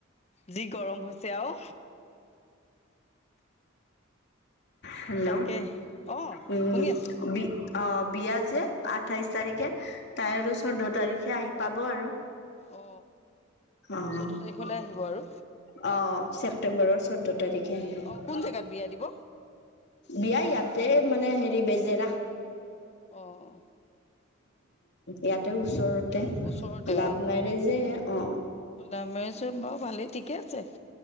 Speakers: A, on the left; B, on the left.
A: যি গৰম হৈছে আৰু।
B: হেল্ল'
A: তাকে অ
B: উম
A: শুনি আছো
B: বি- অ বিয়া যে আঠাইশ তাৰিখে, তাই আৰু চৈধ্য তাৰিখে আহি পাব আৰু।
A: অ
B: অ
A: চৈধ্য
B: অ অ
A: তাৰিখলৈ আহিব আৰু
B: ছেপ্তেম্বৰৰ চৈধ্য তাৰিখে আহি পাব।
A: অ কোন জেগাত বিয়া দিব?
B: বিয়া ইয়াতে মানে হেৰি বেজেৰা।
A: অ অ
B: ইয়াতে ওচৰতে
A: ওচৰতে
B: লাভ মেৰেজে অ।
A: ওলাভ মেৰেজে বাৰু ভালেই ঠিকে আছে।